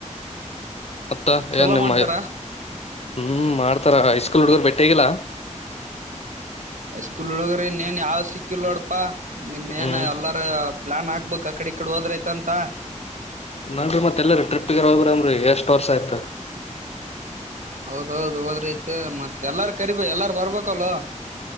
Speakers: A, on the left (about 55°); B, on the right (about 75°).
A: ಮತ್ತ
B: ಚೊಲೋ
A: ಏನ್ ನಿಮ್ಮ
B: ಮಾಡ್ತಾರ
A: ಹ್ಮ್ ಮಾಡ್ತಾರ ಹೈಸ್ಕೂಲ್ ಹುಡ್ಗರು ಬೆಟ್ಟಿಗಿಲ್ಲಾ
B: ಐ ಸ್ಕೂಲ್ ಹುಡುಗ್ರು ಇನ್ನೇನ್ ಯಾವ ಸಿಕ್ಕಿಲ್ ನೋಡಪಾ ನೇನ್
A: ಹ್ಮ್
B: ಎಲ್ಲಾರು ಲಾನ್ ಹಾಕ್ಬೇಕಕ್ ಕಡೆ ಈ ಕಡೆ ಹೋದ್ರೈಐತ ಅಂತ
A: ನಡಿರಿ ಮತ್ತೆಲ್ಲ ಟ್ರಿಪ್ಗೆರ ಹೋಗ್ರ ಅನ್ರಿ ಎಷ್ಟ ವರ್ಷ ಆಯತು
B: ಹೌದೌದು ಹೋದ್ರಿತ ಮತ್ ಎಲ್ಲಾರ ಕರಿ ಎಲ್ಲಾರು ಬರ್ಬೇಕಲ್ವಾ